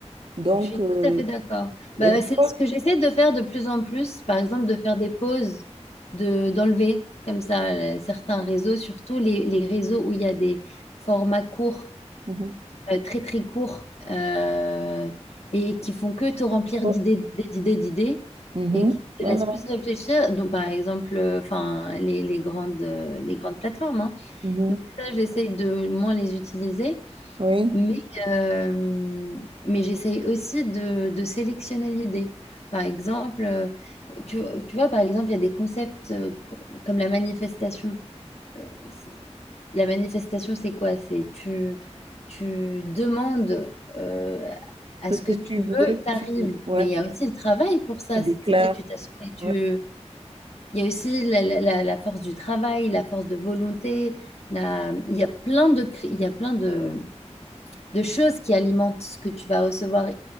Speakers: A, on the right; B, on the left.
A: donc,
B: Je suis
A: euh,
B: tout à fait d'accord. Bah,
A: et des
B: c'est
A: fois-
B: ce que j'essaie de faire de plus en plus, par exemple de faire des pauses, de, d'enlever comme ça euh, certains réseaux, surtout les, les réseaux où il y a des formats courts,
A: Mhm.
B: euh, très très courts, euh, et qui font que te remplir
A: Oh,
B: d'idées, d'idées, d'idées, d'idées,
A: mhm,
B: et qui te
A: voilà,
B: laissent plus réfléchir. Donc par exemple, euh, enfin les, les grandes, euh, les grandes plateformes. hein.
A: mhm,
B: Donc ça, j'essaie de moins les utiliser.
A: oui,
B: Mais, euh, mais j'essaye aussi de, de sélectionner l'idée. Par exemple, euh, tu, tu vois, par exemple, il y a des concepts euh, co- comme la manifestation. Euh, c'est- La manifestation, c'est quoi? C'est tu, tu demandes euh, à
A: ce
B: ce
A: que
B: que tu
A: tu
B: veux,
A: veux,
B: t'arrives.
A: tu, ouais,
B: Mais il y a aussi le travail pour ça.
A: tu déclares.
B: C'est pas tu t'assois et tu...
A: ouais.
B: Il y a aussi la, la, la- la force du travail, la force de volonté. La... Il y a plein de, cré- il y a plein de de choses qui alimentent ce que tu vas recevoir.